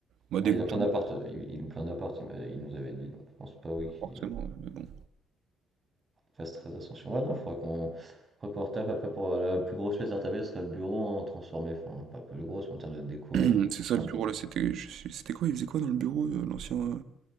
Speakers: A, on the right; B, on the right.
A: bah,
B: Bah,
A: dégoûtant,
B: il a plein d'appart, euh, il, il loue plein d'appart, il, m'a- il nous avait dit, donc je pense pas oui qu'il
A: forcément, ouais, mais bon.
B: fasse très attention. Ouais non, il faudra qu'on faudra qu'on retape après pour euh, la plus grosse pièce à retaper, ce serait le bureau en transformé, enfin pas la plus grosse, mais en termes de déco
A: <clears throat>
B: en transformé
A: C'est ça le bureau
B: en-
A: là, c'était je sais- c'était quoi? Il faisait quoi dans le bureau, euh, l'ancien. euh,